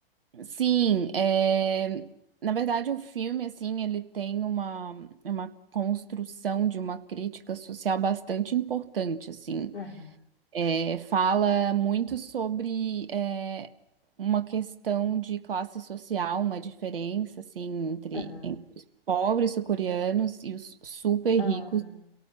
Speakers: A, on the right; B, on the left.
A: Sim, é... na verdade o filme, assim, ele tem uma, uma construção de uma crítica social bastante importante, assim.
B: Aham,
A: É, fala muito sobre é, uma questão de classe social, uma diferença, assim, entre,
B: aham,
A: entre os pobres sul-coreanos e os super
B: ah,
A: ricos